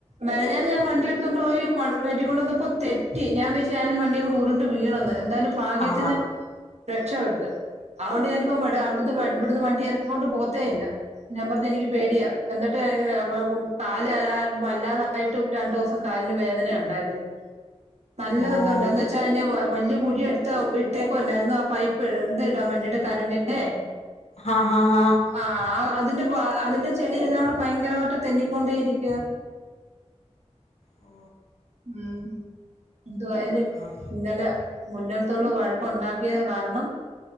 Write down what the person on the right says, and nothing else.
മെൻഞ്ഞാന്ന് ഞാൻ വണ്ടി എടുത്തൊണ്ട് പോയി പട്കേറ്റിക്കൊണ്ട് വന്നപ്പോ തെറ്റി ഞാൻ വെച്ചു ഞാനും വണ്ടിയും കൂടെ ഉരുണ്ട് വീണന്ന് എന്തായാലും ഭാഗ്യത്തിന്
രക്ഷപ്പെട്ട്. അഓണ്ട് ഞാനിപ്പോ മറ്റെ അവിട്ന്ന് ഇവിട്ന്ന് വണ്ടി എറക്കി കൊണ്ട് പോവത്തേ ഇല്ല. ഞാ പർഞ്ഞ് എനിക്ക് പേടിയാ എന്നിട്ട് എനി <unintelligible> വേവും കാൽന് വെല വല്ലാതായിട്ട് രണ്ടുസം കാലിന് വേദനയുണ്ടായിരുന്നു. നല്ല
ഇതുണ്ട് എന്ന് വെച്ചാ അയ്ന്റെ വവല്യ കുഴിയ എടുത്ത് ട്ടേകൊല്ലായിരുന്നൊ ആ പൈപ്പ് എന്ത് ഇടാൻ വേണ്ടിയിട്ട് കറണ്ടറിന്റെ
ആഹ് ആ അതിന്റെ അതിന്റെ ചെളിയെല്ലാം കൂടെ ഭയങ്കരമായിട്ട് തെന്നിക്കൊണ്ടേ ഇരിക്കുവ.
മ്മ് എന്തുവയാലും
ഇന്നലെ മുന്ന്ൾത്തോള് വഴക്കുണ്ടാക്കിയത് കാരണം